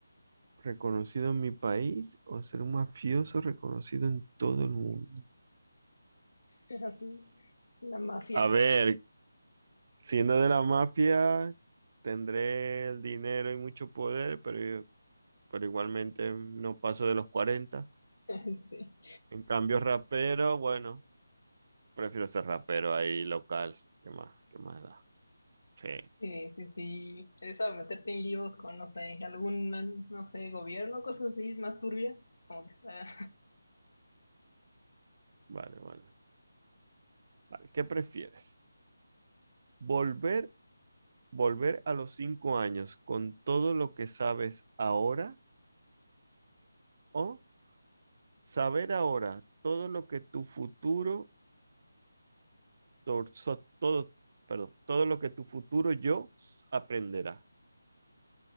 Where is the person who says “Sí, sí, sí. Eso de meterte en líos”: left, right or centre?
Left